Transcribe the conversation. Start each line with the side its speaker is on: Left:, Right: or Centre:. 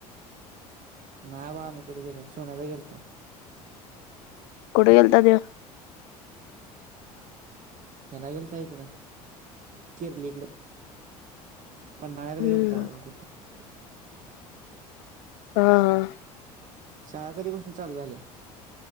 Right: नाय बा आम्ही कुठं गेलेलो,, सोन्यादा गेलता ऽ
Left: कुठ गेलता तेव
Right: ह्याला गेलता इकडं, केरली कड, पन्हाळ्याकडं
Left: हम्म
Right: गेलता बाबा कुठं,
Left: हा, ह
Right: शाळा कधीपासन चालू झाल्या.